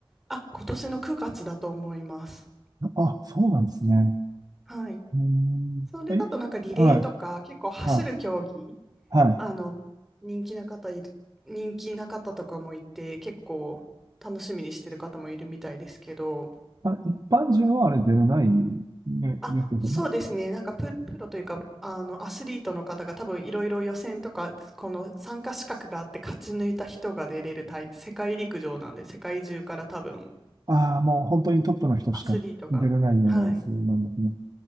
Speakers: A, in the centre; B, on the right.
A: あ、今年の9月だと思います。
B: あ、そうなんですね。
A: はい。
B: うーん。
A: それだとなんかリレーとか結構走る競技、
B: はい。はい。はい。はい。
A: あの人気な方いる、人気な方とかもいて結構楽しみにしてる方もいるみたいですけど、
B: あ一般人はあれ出れない、ね、
A: あ、
B: やつですよね。
A: そうですね。なんかプ、プロというか、あの、アスリートの方が多分いろいろ予選とか、この参加資格があって勝ち抜いた人が出れる大、世界陸上なんで、世界中から多分
B: ああ、もう本当にトップの人しか出れないようなやつなんですね。
A: アスリートが、はい。